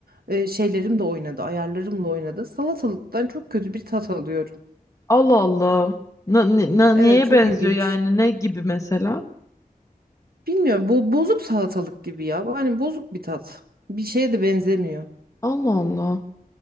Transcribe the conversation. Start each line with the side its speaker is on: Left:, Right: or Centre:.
Right: e, şeylerim de oynadı, ayarlarımla oynadı. Salatalıktan çok kötü bir tat alıyorum.
Left: Allah Allah. Na, ni- na- neye
Right: Evet, çok
Left: benziyor
Right: ilginç.
Left: yani? Ne gibi mesela?
Right: Bilmiyorum bu bozuk salatalık gibi ya. Bu Hani bozuk bir tat. Bir şeye de benzemiyor.
Left: Allah Allah.